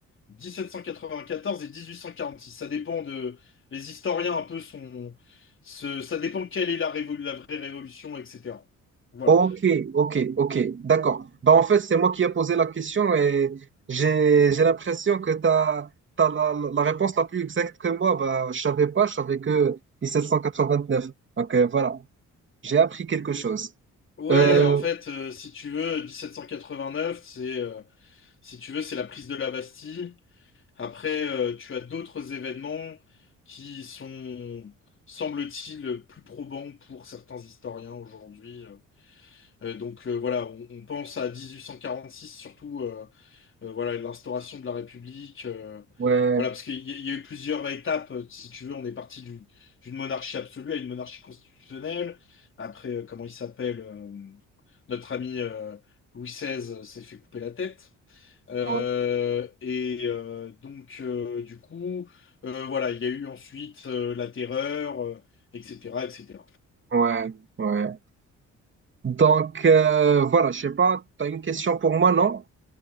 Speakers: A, on the left; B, on the right.
A: 1794 et 1846. Ça dépend de... Les historiens un peu sont... ce- Ça dépend quelle est la, révo- la vraie révolution, etc. Voilà.
B: ok, ok, ok, d'accord. Bah, en fait, c'est moi qui ai posé la question et j'ai j'ai l'impression que tu as, la, la réponse la plus exacte que moi. Bah, je savais pas, je savais que 1789. Donc, euh, voilà, j'ai appris quelque chose.
A: Ouais,
B: Euh,
A: en fait, euh, si tu veux, 1789, c'est, euh, si tu veux, c'est la prise de la Bastille. Après, euh, tu as d'autres événements qui sont, semble-t-il, plus probants pour certains historiens aujourd'hui. Euh, Euh, donc euh, voilà, on, on pense à 1846, surtout euh, euh, voilà, l'instauration de la République. euh,
B: ouais.
A: voilà, parce qu'il y, a il y a eu plusieurs étapes, euh, si tu veux. On est parti du- d'une monarchie absolue à une monarchie constitutionnelle. Après, euh, comment il s'appelle euh, Notre ami euh, Louis XVI s'est fait couper la tête. Euh,
B: Ouais,
A: et euh, donc, euh, du coup, euh, voilà, il y a eu ensuite euh, la terreur, euh, etc., etc.
B: ouais. ouais. Donc, euh, voilà, je sais pas, tu as une question pour moi, non?